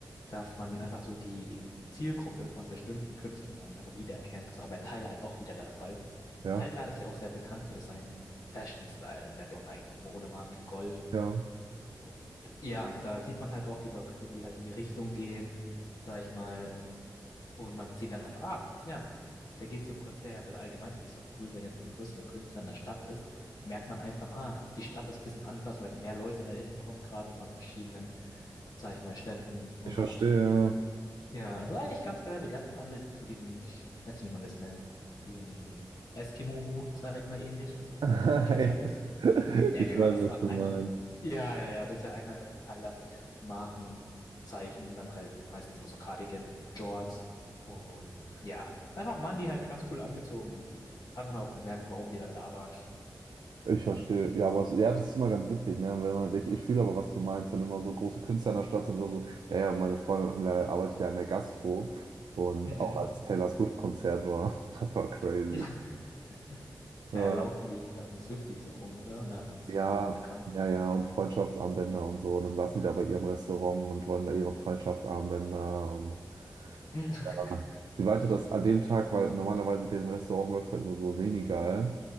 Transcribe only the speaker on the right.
Ja,
ja.
Ich verstehe,
ja.
<laughs>
Ja.
Ich
weiß,
was
du
meinst.
Ich verstehe. Ja, aber es, ja, das ist immer ganz witzig, ne? Wenn man, ich, ich fühle aber, was du meinst, wenn immer so große Künstler in der Stadt sind oder so. Der ja, meine Freundin äh, arbeitet ja an der Gastro und
auch als Taylor Swift-Konzert war, <laughs> das war crazy.
Ja,
ja,
ja, ja, und Freundschaftsarmbänder und so. Und dann saßen die da bei ihrem Restaurant und wollen da ihre Freundschaftsarmbänder und
ja. sie meinte, dass an dem Tag, weil normalerweise deren Restaurant läuft halt nur so semi-geil.